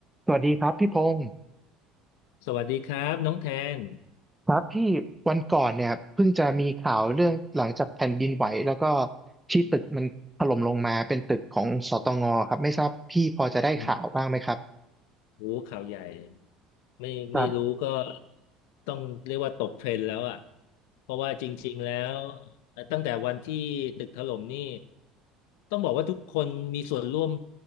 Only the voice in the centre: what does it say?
สวัสดีครับพี่พงศ์
ครับพี่วันก่อนเนี่ยเพิ่งจะมีข่าวเรื่องหลังจากแผ่นดินไหวแล้วก็ที่ตึกมันถล่มลงมาเป็นตึกของสตงครับไม่ทราบพี่พอจะได้ข่าวบ้างไหมครับ
ครับ